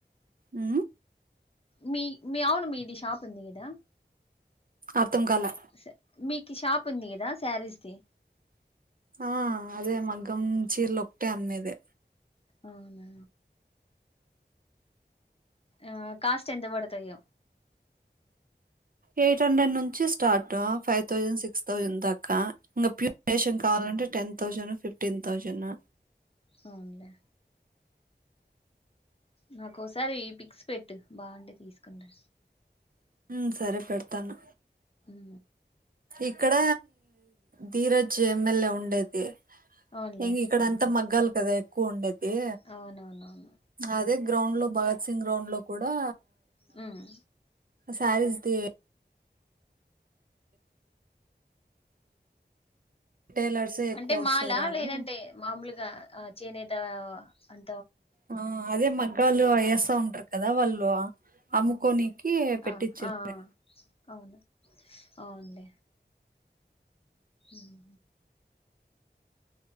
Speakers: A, on the right; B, on the left.
A: ఉ
B: మీ మీ ఆవును మీది షది కదా
A: అర్థం కాలా
B: స మీకు షాప్ ఉంది కదా శారీస్ ది
A: ఆ అదే మగ్గం చీరలు ఒటే అమ్మేదే
B: అవునా ఆ కాస్ట్ ఎంత పడతాయో
A: ఎయిట్ హండ్రెడ్ నుంచి start five thousand six thousand దాకా ఇంకా ప్యూరేషన్ కావాలంటే టెన్ తౌసండ్ ఫిఫటీన్ తౌసండ్
B: అవున్లే నాకోసారి పిక్స్ పెట్టు బాగుంటే తీసుకుంటా
A: మ్ సరే పెడతాను
B: ఉ
A: ఇక్కడ ధీరజ్ ఎమ్మెల్యే ఉండేది
B: అవునులే
A: ఇం ఇక్కడ అంతా మగ్గాలి కదా కొండ ఏ
B: అవునవునవును
A: అదే గ్రౌండ్ లో భగత్ సింగ్ గ్రౌండ్ లో కూడా
B: హ్మ్
A: సారీస్ తీ టైలర్స్ ఎక్కువ
B: అంటే
A: వస్తారు
B: మాల్ ఆ
A: అని
B: లేదంటే మామూలుగా చేనే ట అం
A: ఆ అదే మగ్గాలు అయ్యేస ఉంటు కదా వాళ్ళు అమ్ముకోనికి పెట్టించిండ్రి
B: ఆ ఆ అవును అవునులే ఉమ్,